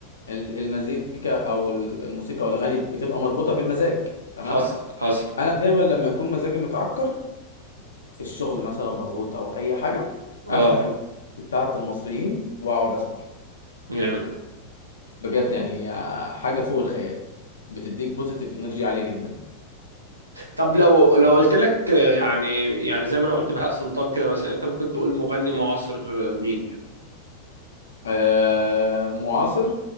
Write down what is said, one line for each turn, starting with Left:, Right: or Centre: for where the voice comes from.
Left: ال- المزيكا او ال- الموسيقى او الاغاني بتبقى مربوطه بالمزاج تمام
Right: حصل حصل
Left: انا دايما لما يكون مزاجي متعكر في الشغل مثلا مضغوط او اي حاجه
Right: اه
Left: افتح ال- بتاعه المصريين واقعد اسمع
Right: جامد
Left: بجد يعني آه، حاجه فوق الخيال بتديك بوزيتيف انرجي عاليه جدا
Right: طب لو لو قلت لك آه، يعني يعني زي ما انا قلت بهاء سلطان كده مثلا انت ممكن تقول مغني معاصر آه، مين يعني
Left: آه، معاصر